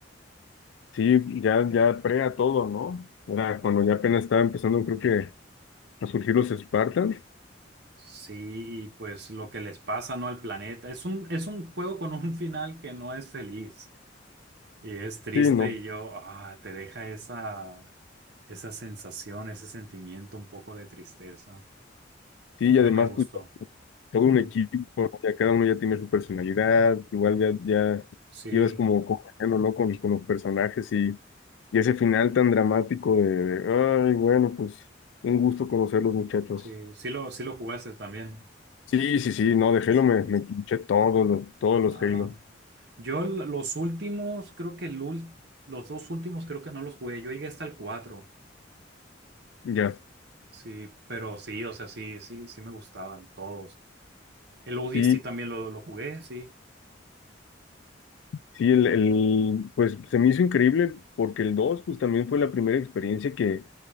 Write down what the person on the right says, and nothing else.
Sí, y pues lo que les pasa, ¿no? Al planeta. Es un, es un juego con un final que no es feliz y es triste
y yo, ah, te deja esa, esa sensación, ese sentimiento un poco de tristeza,
pero
me gustó.
Ujú.
Sí,
sí, sí lo, sí lo jugaste también.
Sí,
ajá.
Yo l- los últimos, creo que el ul- los dos últimos creo que no los jugué, yo llegué hasta el cuatro
Sí, pero sí, o sea, sí, sí, sí me gustaban todos. El ODST
también lo, lo jugué, sí.